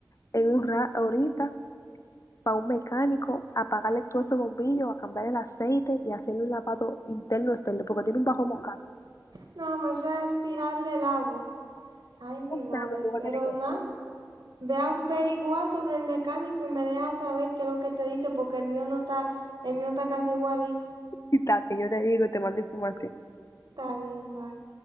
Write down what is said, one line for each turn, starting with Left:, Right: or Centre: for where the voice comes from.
Left: en un ra ahorita para un mecánico, apagarle todos esos bombillos, a cambiar el aceite y hacerle un lavado interno externo, porque tiene un bajo mojado.
Right: No, me suena aspirarle el agua. Ay, mi
Left: O
Right: madre,
Left: sea, me lo voy
Right: pero
Left: a tener que
Right: nada. Ve a averiguar sobre el mecánico y me deja saber qué es lo que te dice, porque el mío no está, el mío está casi igualito.
Left: <laughs> quitar, que yo te digo y te mando información.
Right: Está bien, bye.